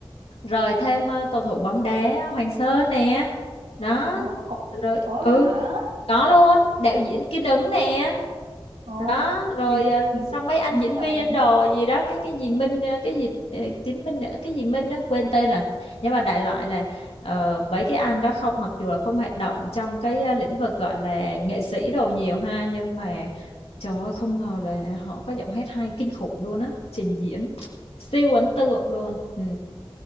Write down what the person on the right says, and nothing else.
ờ có
có
luôn hả
ờ
mình
mình thực
sự
đã
nghĩ là
ờ,